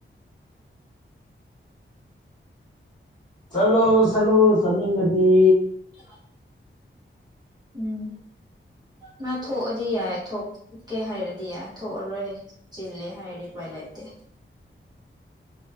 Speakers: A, in the centre; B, on the right.
A: ꯆꯠꯂꯣ ꯆꯠꯂꯣ ꯆꯠꯅꯤꯡꯉꯗꯤ
B: <unintelligible> ꯎꯝ ꯃꯥ ꯊꯣꯛꯑꯗꯤ ꯌꯥꯏ ꯊꯣꯛꯀꯦ ꯍꯥꯏꯔꯗꯤ ꯌꯥꯏ ꯊꯣꯛꯑꯔꯣꯏ ꯆꯤꯜꯂꯦ ꯍꯥꯏꯔꯗꯤ ꯎꯄꯥꯏ ꯂꯩꯇꯦ